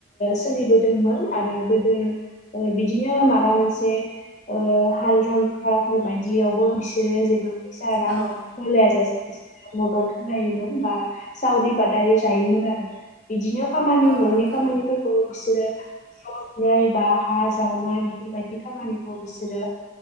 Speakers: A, on the left; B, on the right.
A: सोलिबोदोंमोन आरो गोदो बिदि बिदिनो माबा मोनसे हाल जांखाफोर बायदियावबो बिसोरो जेबो फैसा रां
B: औ
A: होलाया जासे मदद होलायोमोन बा सावरि बादालि जायोमोन आरो बिदिनो खामानि
B: औ
A: न'नि
B: नंगौ
A: खामानिफोरखौबो बिसोरो
B: <inaudible>
A: नाय बा हा जावनाय बेफोरबायदि खामानिखौ बिसोरो